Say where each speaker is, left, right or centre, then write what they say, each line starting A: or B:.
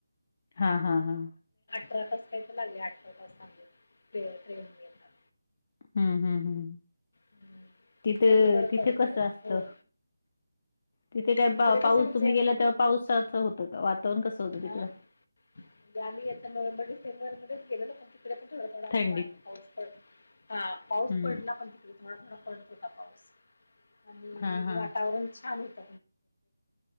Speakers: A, on the left; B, on the left.
A: हा, हा, हा
B: अठरा तास काही, तर लागले, अठरा तास लागले, ट्रेनने येताना
A: हम्म हम्म हम्म!
B: हम्म.
A: तिथे,
B: त्यांनी बरं
A: तिथे
B: परतलं
A: कसं असत?
B: हो
A: तिथे काय
B: तिकडे
A: पा
B: कसं
A: पाऊस
B: म्हणजे
A: तुम्ही, गेला तेव्हा पाऊसाच होतं का वातावरण कसं होतं
B: हा
A: तिकडं?
B: <unintelligible> <unintelligible> मध्ये गेले ना, पण तिकडे पण थोडा थोडा असा
A: थंडीत.
B: बारिक पाऊस पडला हा पाऊस
A: हं.
B: पहला, पण तिकडे थोडा थोडा पडत होता. पाऊस आणि
A: हां, हां.
B: वातावरण छान! हो <unintelligible>